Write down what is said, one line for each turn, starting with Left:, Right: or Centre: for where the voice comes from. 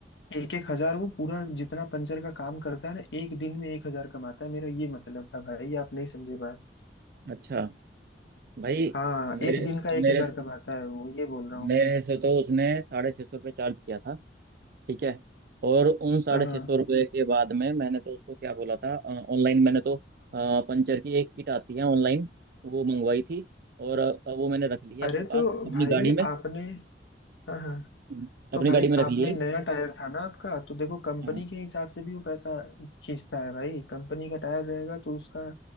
Left: एक एक हजार वो पूरा जितना पंचर का काम करता है ना एक दिन में एक हजार कमाता है मेरा ये मतलब था भाई आप नहीं समझे बात
Right: अच्छा भाई
Left: हाँ
Right: मेरे
Left: एक दिन का एक
Right: मेरे
Left: हजार कमाता है वो ये बोल रहा हूँ
Right: मेरे
Left: मैं
Right: से तो उसने साढ़े छः सौ रुपये चार्ज किया था ठीक है और उन साढ़े
Left: हाँ हाँ
Right: छः सौ रुपये के बाद में मैंने तो उसको क्या बोला था ऑनलाइन मैंने तो अ, पंचर की एक किट आती है ऑनलाइन वो मंगवाई थी और अ, वो मैंने रख ली है
Left: अरे
Right: अपने पास
Left: तो
Right: अपनी
Left: भाई
Right: गाड़ी में
Left: आपने हाँ हाँ
Right: हम्म, अपनी
Left: तो भाई
Right: गाड़ी में रख
Left: आपने
Right: लिए
Left: नया टायर था ना आपका तो देखो कंपनी
Right: हाँ
Left: के हिसाब से भी वो पैसा खींचता है भाई कंपनी का टायर रहेगा तो उसका